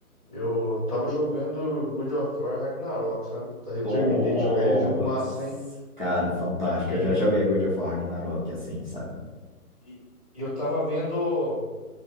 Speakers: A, on the right; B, on the left.
A: Eu tava jogando God of War Ragnarok, sabe? Daí eu
B: Nossa!
A: terminei de jogar ele, jogo massa, hein?
B: Cara, fantástico.
A: E,
B: Eu já joguei God of War Ragnarok, assim, sabe?
A: e e eu tava vendo.